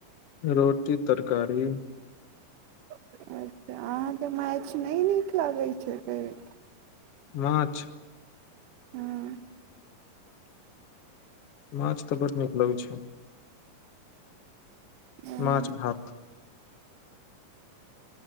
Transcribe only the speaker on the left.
रोटी तरकारी
माँछ
माछ तऽ बड नीक लगैत छै
मछ भात